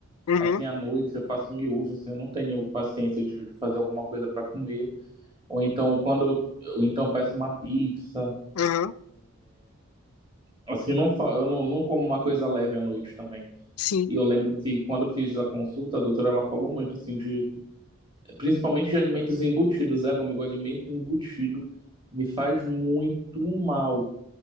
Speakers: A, on the left; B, on the right.
A: Uhum,
B: Assim, à noite eu faço miojo, assim, eu não tenho paciência de fazer alguma coisa para comer. Ou então, quando eu, ou então eu peço uma pizza.
A: aham,
B: Assim, não, fa- eu não, não como uma coisa leve à noite também.
A: sim,
B: E eu lembro que quando eu fiz a consulta, a doutora ela falou muito assim de principalmente de alimentos embutidos, né, amigo? Alimento embutido me faz muito mal,